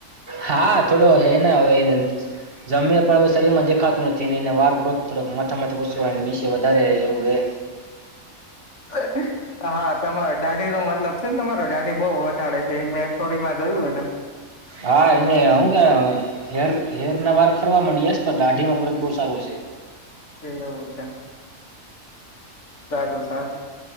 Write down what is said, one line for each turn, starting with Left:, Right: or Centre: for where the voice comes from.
Right: હા, થોડો હને હવે જમે. હવે, શરીરમાં દેખાતું નથી. હીને વાર ગ્રોથ થોડક મથા મ વસો નીચે વધારે એવું એ
Left: <inaudible> હા,
Right: હ
Left: તમારો દાઢી નો મતલબ છેને, તમારો દાઢી બહુ વધારેે છે, એ મેં સ્ટોરીમાં જોયું ને
Right: હા, એને હું કે હેર હેર, ના વાર ખરવા માંડી્યા છે. પણ દાઢીમાં વ્રત બહુ સારું છે.
Left: એવું છેધુ, સાબ